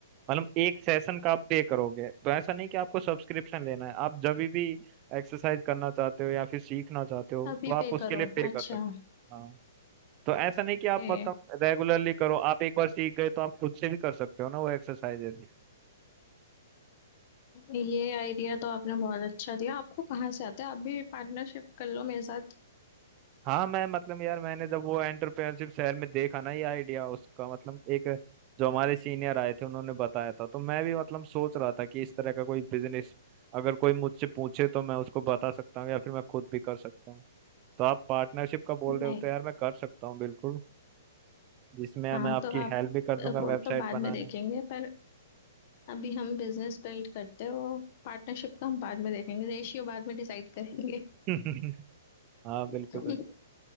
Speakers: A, on the right; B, on the left.
A: मतलब एक सेशन का आप पे करोगे तो ऐसा नहीं कि आपको सब्सक्रिप्शन लेना है आप जब भी एक्सरसाइज करना चाहते हो या फिर सीखना चाहते हो
B: अभी
A: तो आप
B: पे
A: उसके
B: करो
A: लिए पे
B: अच्छा
A: कर सकते हो हाँ तो ऐसा नहीं कि आप
B: ए,
A: मतलब रेगुलरली करो आप एक बार सीख गए तो आप खुद से भी कर सकते हो ना वो एक्सरसाइजेस
B: ये आइडिया तो आपने बहुत अच्छा दिया आपको कहाँ से आता है आप भी पार्टनरशिप कर लो मेरे साथ
A: हाँ मैं मतलब यार मैंने जब वो एंटरप्रेन्योरशिप शहर में देखा ना ये आइडिया उसका मतलब एक जो हमारे सीनियर आए थे उन्होंने बताया था तो मैं भी मतलब सोच रहा था कि इस तरह का कोई बिजनेस अगर कोई मुझसे पूछे तो मैं उसको बता सकता हूँ या फिर मैं खुद भी कर सकता हूँ तो आप पार्टनरशिप का बोल
B: नहीं
A: रहे हो तो यार मैं कर सकता हूँ बिल्कुल जिसमें
B: हाँ
A: मैं आपकी
B: तो आप
A: हेल्प भी कर दूंगा
B: वो
A: वेबसाइट
B: तो बाद
A: बनाने
B: में देखेंगे पर अभी हम बिजनेस बिल्ड करते हैं वो पार्टनरशिप का हम बाद में देखेंगे रेशियो बाद में डिसाइड करेंगे
A: में <laughs> हाँ
B: <laughs>
A: बिल्कुल बिल्कुल